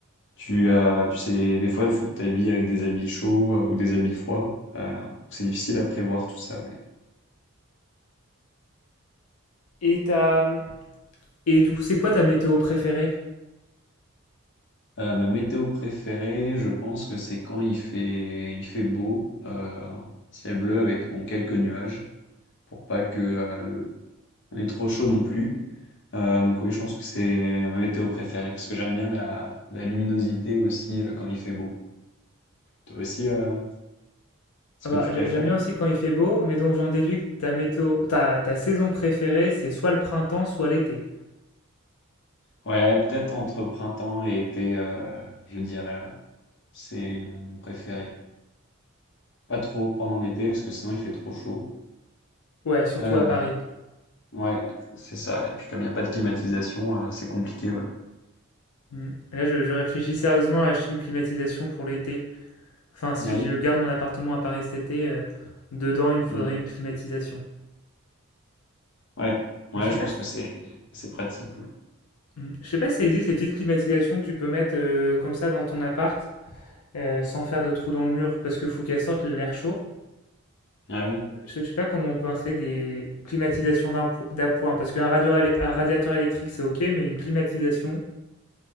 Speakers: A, on the left; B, on the left.
A: Tu as, tu sais, des fois, il faut que tu habilles avec des habits chauds euh, ou des habits froids. Euh, c'est difficile à prévoir tout ça, ouais.
B: Et t'as, hum, Et du coup, c'est quoi ta météo préférée?
A: Euh, ma météo préférée, je pense que c'est quand il fait, il fait beau, euh, ciel bleu avec bon quelques nuages, pour pas que euh, le, on ait trop chaud non plus. Euh, donc oui, je pense que c'est ma météo préférée parce que j'aime bien la, la luminosité aussi euh, quand il fait beau. Toi aussi, euh, ce
B: Ah
A: que
B: bah,
A: tu
B: j'a-
A: préfères?
B: j'aime bien aussi quand il fait beau, mais donc j'en déduis que ta météo, ta, ta saison préférée, c'est soit le printemps, soit l'été.
A: Ouais, peut-être entre printemps et été, euh, je dirais. ouais. C'est mon préféré. Pas trop pendant l'été parce que sinon il fait trop chaud.
B: Ouais, surtout
A: Euh,
B: à Paris.
A: ouais, c'est ça. Et puis comme il n'y a pas de climatisation, euh, c'est compliqué, ouais.
B: Mm. Là, je, je réfléchis sérieusement à acheter une climatisation pour l'été. Enfin, si
A: Ah oui.
B: je garde mon appartement à Paris cet été, euh, dedans, il me faudrait
A: Mm.
B: une climatisation.
A: Ouais, ouais,
B: Mais je sais
A: je
B: pas
A: pense
B: si,
A: que c'est c'est pratique. ouais.
B: Mm. je sais pas si ça existe, ces petites climatisations que tu peux mettre euh, comme ça dans ton appart, euh, sans faire de trou dans le mur, parce qu'il faut qu'elles sortent l'air chaud.
A: Ah oui.
B: Je je sais pas comment on peut installer des climatisations d'impo- d'appoint, parce qu'un radio- un radiateur électrique c'est ok, mais une climatisation.